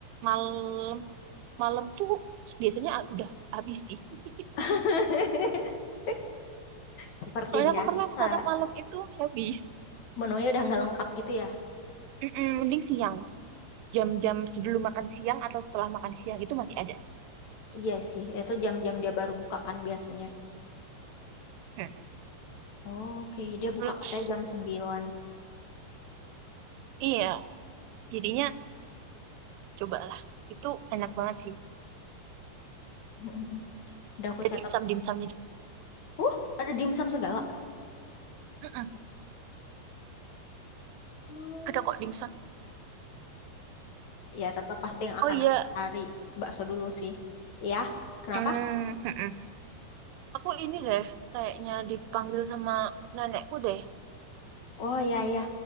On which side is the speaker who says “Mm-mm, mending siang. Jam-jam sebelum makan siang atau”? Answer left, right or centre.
Right